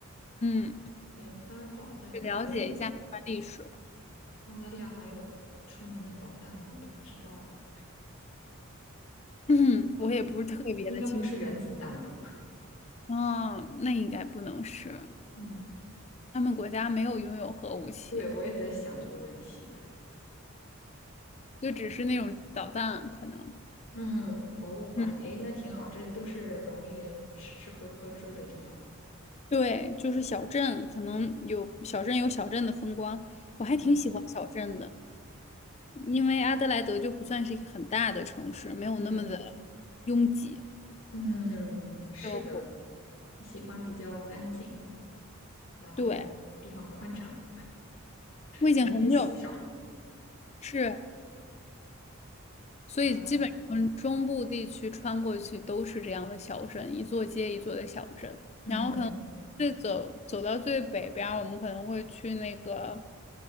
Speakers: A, on the left (about 30°); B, on the left (about 60°).
A: 嗯，
B: 研发导弹，
A: 去了解一下相关历史。
B: 嗯，澳大利亚还有出名的导弹吗？我都不知道哎。
A: <clears throat> 我也不是特别的清楚
B: 应该不是原子弹吧？
A: 哦，那应该不能是，
B: 嗯，
A: 他们国家没有拥有核武器，
B: 对，我也在想这个问题。
A: 就只是那种导弹可能。
B: 嗯，博物馆，
A: 嗯。
B: 哎，那挺好，这都是容易吃吃喝喝住的地方。
A: 对，就是小镇，可能有小镇有小镇的风光，我还挺喜欢小镇的，
B: 嗯
A: 因为阿德莱德就不算是一个很大的城市，没有那么的
B: 嗯
A: 拥挤。
B: 嗯，是的，
A: 就
B: 你喜欢比较安静，然后地方宽敞，
A: 对，我已经很久
B: 人烟稀少
A: 是，所以基本上中部地区穿过去都是这样的小镇，
B: <laughs>。
A: 一座接一座的小镇。
B: 嗯
A: 然后最走走到最北边儿我们可能会去那个